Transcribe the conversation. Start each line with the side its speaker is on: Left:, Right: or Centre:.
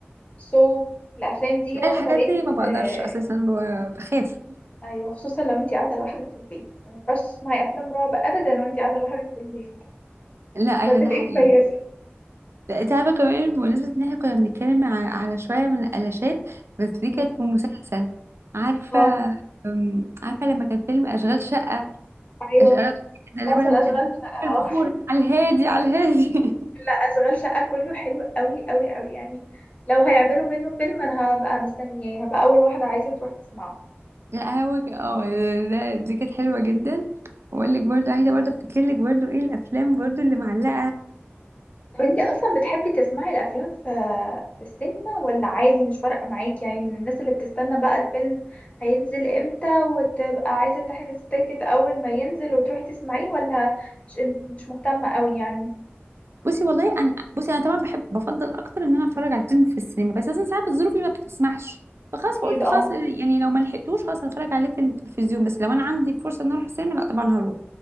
Left: سو الافلام دي
Right: لا
Left: واخده
Right: الحاجات
Left: ريت
Right: دي ما بقدرش
Left: آه،
Right: أساسا ب- بخاف
Left: ايوه خصوصا لو انت قاعده لوحدك في البيت يعني ما ينفعش تسمعي افلام رعب ابدا وانت قاعده لوحدك في البيت
Right: لا أيوة
Left: مش هتبقي
Right: ده حقيقي
Left: كويسه
Right: لا، أنت عارفة كمان بمناسبة إن إحنا كنا بنتكلم ع- على شوية من القلاشات بس دي
Left: مم.
Right: كانت في مسلسل عارفة
Left: اه
Right: أم، عارفة لما كان فيلم أشغال شقة
Left: ايوه
Right: أشغال شقة ده اللي
Left: مسلسل
Right: هو لما
Left: اشغال
Right: كان
Left: شقه اه
Right: البخور على الهادي على الهادي <laughs>
Left: لا اشغال شقة كله حلو قوي قوي قوي يعني لو هيعملوا منه فيلم انا هبقى مستنياه هبقى اول واحدة عايزة تروح تسمعه
Right: لا هو ك- اه لا دي كانت حلوة جدا واقول لك برضو عايزة برضو افتكر لك برضو ايه الافلام برضو اللي معلقة
Left: طب انتي اصلا بتحبي تسمعي الافلام في في السينما ولا عادي مش فارقة معاكي يعني من الناس اللي بتستنى بقى الفيلم هينزل امتى وتبقى عايزة تحجز تيكت اول ما ينزل وتروحي تسمعيه ولا مش مش مهتمة قوي يعني
Right: بصي والله انا بصي انا طبعا بحب بفضل اكتر ان انا اتفرج على فيلم في السينما بس اصلا ساعات الظروف اللي ما بتسمحش فخلاص
Left: اكيد
Right: فقلت
Left: اه
Right: خلاص يعني لو ما لحقتوش خلاص هتفرج عليه في التلفزيون بس لو انا عندي فرصة ان اروح السينما لا طبعا هروح